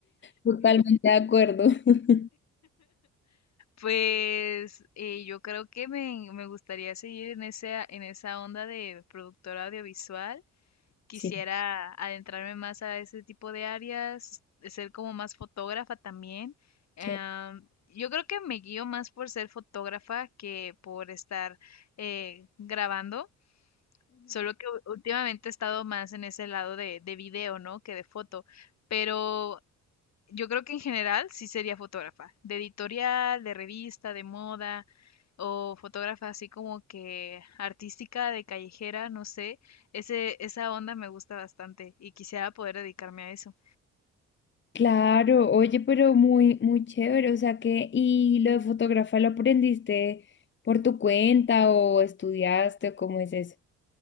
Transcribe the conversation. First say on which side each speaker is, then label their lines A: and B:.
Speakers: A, on the left; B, on the left.
A: Totalmente de acuerdo. <laughs>
B: Pues eh, yo creo que me, me gustaría seguir en esa, en esa onda de productora audiovisual. Quisiera
A: Sí,
B: adentrarme más a ese tipo de áreas, ser como más fotógrafa también. Em,
A: sí.
B: yo creo que me guío más por ser fotógrafa que por estar eh, grabando, solo que u- últimamente he estado más en ese lado de, de video, ¿no? que de foto. Pero yo creo que en general sí sería fotógrafa, de editorial, de revista, de moda, o fotógrafa así como que artística, de callejera, no sé. Ese, esa onda me gusta bastante y quisiera poder dedicarme a eso.
A: Claro, oye, pero muy, muy chévere, o sea que, ¿y lo de fotógrafa lo aprendiste por tu cuenta o estudiaste o cómo es eso?